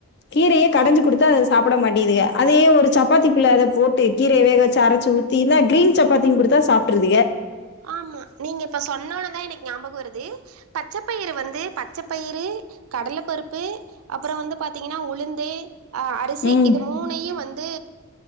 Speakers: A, on the left; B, on the right.
A: கீரையே கடைஞ்சு குடுத்தா அத சாப்ட மாட்டியதுக அதே ஒரு சப்பாத்திக்குள்ள அத போட்டு கீரை வேக வச்ச அரச்சு ஊத்தி இந்தா கிரீன் சப்பாத்தினு குடுத்தா சாப்ட்ருதுக
B: ஆமா நீங்க இப்போ சொன்னோனதா எனக்கு நியாபகம் வருது பச்சப்பயிறு வந்து பச்சப்பயிறு கடலப்பருப்பு அப்பறோ வந்து பாத்தீங்கன்னா உளுந்து ஆ அரிசி
A: ம்
B: இது மூனையு வந்து